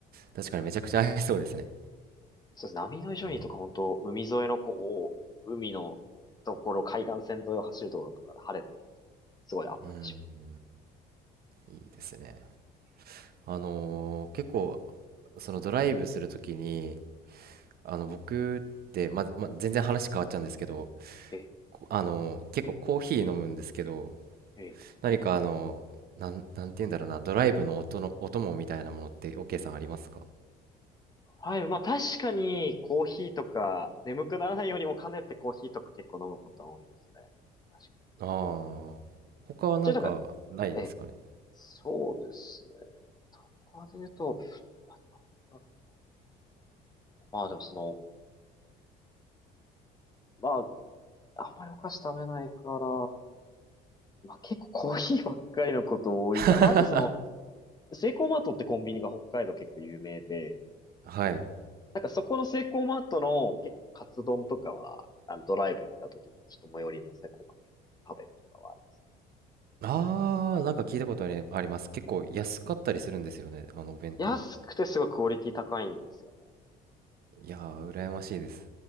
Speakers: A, on the right (about 60°); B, on the left (about 20°).
A: 確かにめちゃくちゃ合いそうですね
B: そうですね。波の異常にとか本当海沿いのこう、
A: う
B: 海のところ、海岸線沿いを走る道路とかで晴れてると、すごいあったりします。
A: んうんいいですねあのー結構そのドライブするときにあの僕ってまあまあ、全然話変わっちゃうんですけど
B: え、
A: こあの結構コーヒー飲むんですけど
B: え。
A: 何かあのなん、なんて言うんだろうなドライブの音のお供みたいなものって OK さんありますか
B: はい。まあ確かにコーヒーとか、眠くならないようにも兼ねてコーヒーとか結構飲むことは多いですね。確かに。
A: ああー他はなんかないですかね
B: じゃあなんか、ええ。そうですね。とかで言うと、まあなんだろうまあでもその、まあ、あんまりお菓子食べないから、まあ、結構コーヒーばっかりのこと多いから、
A: <laughs>
B: まあ、あとその、セイコーマートってコンビニが北海道結構有名で、
A: はい
B: なんかそこのセイコーマートの結構カツ丼とかは、あのドライブ行った時にちょっと最寄りのセイコーマーに食べるとかはあり
A: ああーなんか聞いたことあり、あります結構安かったりするんですよねあのお弁当
B: 安くてすごいクオリティ高いんですよね。
A: いやー羨ましいです